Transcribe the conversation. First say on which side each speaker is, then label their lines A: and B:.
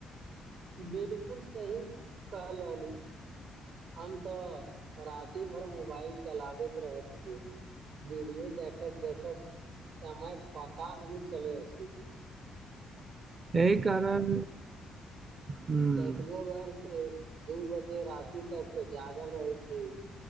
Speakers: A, on the right; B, on the right.
A: बिल। बिल्कुल सही कह ललू हम तऽ राति भर मोबाइल चलाबैत रहै छी वीडियो देखैत देखैत समय पता न। चलि अस।
B: एहि कारण ह्म
A: तबो ब। दू बजे राति तक जागल रहै छी